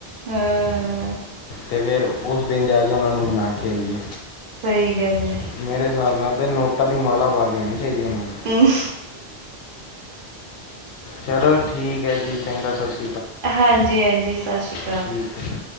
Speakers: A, on the right (about 60°); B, on the left (about 65°).
A: ਹਾਂ
B: ਤੇ, ਫਿਰ ਉਸ ਦਿਨ ਜਾ ਕੇ ਉਹ ਨੂੰ ਮਨਾ ਕੇ ਆਈਏ।
A: ਸਹੀ ਗੱਲ।
B: ਮੇਰੇ ਹਿਸਾਬ ਨਾਲ ਤੇ ਨੋਟਾਂ ਦੀ ਮਾਲਾ ਪਾ ਕੇ ਆਣੀ ਚਾਹੀਦੀ ਉਹਨਾਂ ਨੂੰ।
A: ਹਮ।
B: ਚਲੋ ਠੀਕ ਹੈ ਜੀ, ਚੰਗਾ ਸਤ
A: ਹਾਂਜੀ- ਹਾਂਜੀ, ਸਤਿ ਸ਼੍ਰੀ ਅਕਾਲ।
B: ਠੀਕ ਏ।